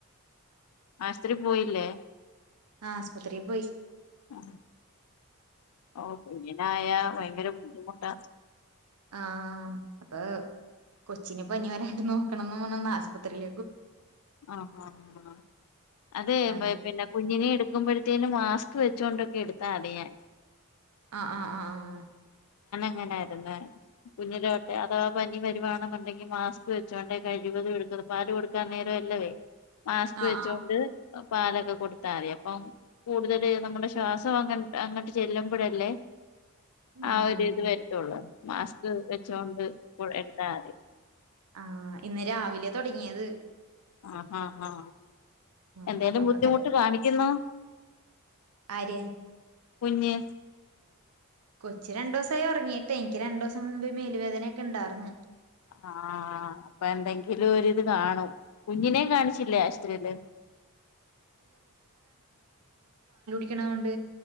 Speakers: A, on the left (about 80°); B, on the right (about 85°).
A: ആസ്രി പോയില്ലേ
B: ആ ആസ്പത്രിക്ക് പോയി
A: ആ ആ ഓ കുഞ്ഞിനായാൽ ഭയങ്കര ബുദ്ധിമുട്ടാ
B: ആഹ് അപ്പ കൊച്ചിൻ പനി വരാണ്ട് നോക്കണംന്ന് ആശുപത്രിൽ
A: ആ ആ ങ അതെ
B: ആ
A: പിന്നെ കുഞ്ഞിനെ എടുക്കുമ്പോഴത്തേും മാസ്ക് വെച്ചുകൊണ്ടൊക്കെ എടുത്താ അതി ഞാൻ
B: അ ആ ആ ആ
A: <unintelligible> കുഞ്ഞിലോട്ടെ അഥവാ പനി വരുണ ഉണ്ടെങ്കിൽ മാസ്ക് വെച്ചോ <unintelligible> പാല് കൊടുക്കാൻ നേര അല്ലവേ മാസ്ക്
B: ആ ആ
A: വെച്ചൊണ്ട്
B: ആ
A: പാലൊക്കെ കൊടുത്താറ അപ്പം കൂടുതല് നമ്മുടെ ശ്വാസം അങ്ങ അങ്ങട്ട് ചെല്ലുമ്പോഴല്ലേ <inaudible> ആ
B: ആഹ്
A: ഒരു ഇത് വരുത്തുള്ളൂ മാസ്ക് വെച്ചൊണ്ട് ഇ എടുത്താറി
B: ആഹ് ഇന്ന് രാവിലെ തുടങ്ങിയത്
A: ആഹ് ആഹ് ആഹ്
B: ആഹ്
A: എന്തേലും
B: അപ്പ
A: ബുദ്ധിമുട്ട്
B: തന്നെ
A: കാണിക്കുന്നോ
B: ആര്
A: കുഞ്ഞി
B: കൊച്ചി രണ്ടു ദിവസമായി ഉറങ്ങിട്ടെ എനിക്ക് രണ്ടു ദിവസം മുമ്പേ മേല്ുവേദനയൊക്കെ ഉണ്ടായിർന്ന്
A: ആ അപ്പൊ എന്തെങ്കിലും ഒരിത് കാണും കുഞ്ഞിനേ കാണിച്ചില്ലേ ആശുത്രിയില് <inaudible>
B: കിക്കണ കൊണ്ട്